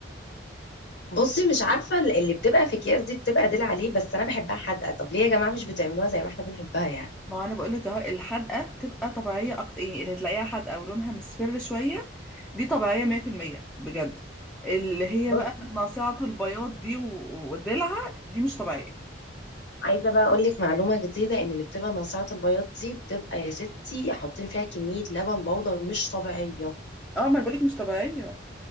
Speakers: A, on the left (about 60°); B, in the centre.
A: بصي مش عارفة اللي بتبقى في أكياس دي بتبقى قليل عليه بس أنا بحبها حادقة طب ليه يا جماعة مش بتعملوها زي ما احنا بنحبها يعني
B: ما هو انا بقول لك اهو الحدقه بتبقى طبيعيه اكتر يعني اللي هتلاقيها حدقه ولونها مصفر شويه دي طبيعيه 100% بجد اللي هي
A: بصي
B: بقى ناصعه البياض دي و- ودلعها دي مش طبيعيه
A: عايزة بقى أقول لك معلومة جديدة إن اللي بتبقى ناصعة البياض دي بتبقى يا ستي حاطين فيها كمية لبن بودرة مش طبيعية
B: اه ما انا بقول لك مش طبيعيه